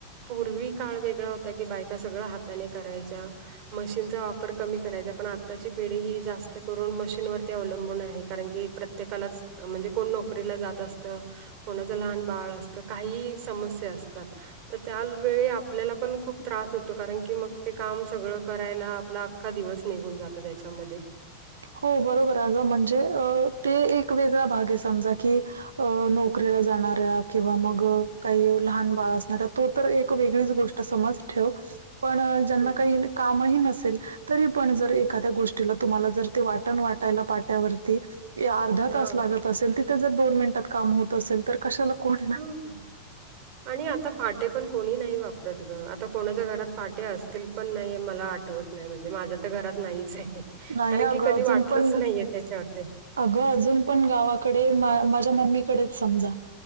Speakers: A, on the right; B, on the right.
A: पूर्वी काळ वेगळा होता की बायका सगळ हाताने करायच्या मशीनचा वापर कमी करायचा पण आताची पिढी ही जास्त करून मशीनवरती अवलंबून आहे कारण की प्रत्ये ्येकाला म्हणजे कोण नोकरीला जात असतं कोणाचं लहान बाळ असत काही समस्या असतात तर त्यावेेळी आपल्याला पण खूप त्रास होतो कारण की मग ते काम सगळं करायला आपला का दिवस निघून जातो त्याच्यामध्ये
B: हो बरोबर अ गं म्हणजे अ ते एक वेगळा भाग आहे समजा की अ नोकरीला जाणाऱ्या किंवा मग काही लहान बाळ असणाऱ्या तो तर एक वेगळीच गोष्ट समज ठेव पण त्यांना
A: हं.
B: काही कामही नसेल तरी पण एखाद्या गोष्टीला तुम्हाला जर ते वाटण वाटायला पाट्यावरती अर्धा
A: हो.
B: तास लागतं असेल तर जर दोन मिनिटात काम होत असेल तर कशाला कोण
A: हां. आणि आता पाटे पण कोणी नाही वापरत ग आता कोणाच्या घरात पाटे असतं असतील पण नाही मला आठवत नाही म्हणजे माझ्या तर घरात नाहीच आहे.
B: नाही
A: कारण
B: अगं,
A: की कधी
B: अजून
A: वाटलंच
B: पण
A: नाहीये त्याच्यावर
B: अगं अजून पण गावाकडे माझ्या मम्मीकडेच समजा